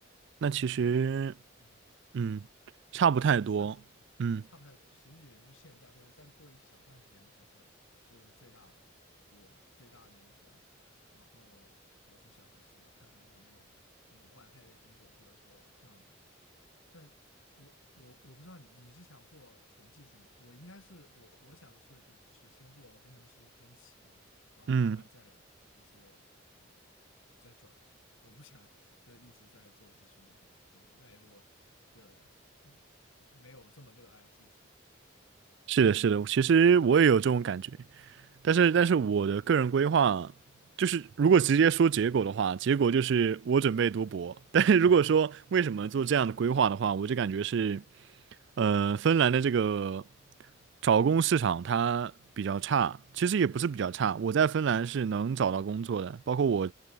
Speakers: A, on the right (about 60°); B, on the left (about 80°).
A: 那其实
B: 然后。嗯。
A: 嗯，差不太多。
B: 也就算是
A: 嗯
B: 差不太多，其实也就现在或者再过一小段时间才是就是最大波最大的那一波嘛。然后我是想的是看看有没有那种外派类工作，或者说像，但我我我不知道你你是想做纯技术吗？我应该是我我想的是就是先做工程师先起嘛，然后慢慢再一些嗯
A: 嗯，
B: 在转，我不想就是一直在做技术类工作，我感觉我就是嗯没有这么热爱技术。
A: 是的，是的，其实我也有这种感觉。但是，但是我的个人规划就是，如果直接说结果的话，结果就是我准备读博。<laughs> 但是如果说为什么做这样的规划的话，我就感觉是，呃，芬兰的这个找工市场它比较差，其实也不是比较差，我在芬兰是能找到工作的，包括我，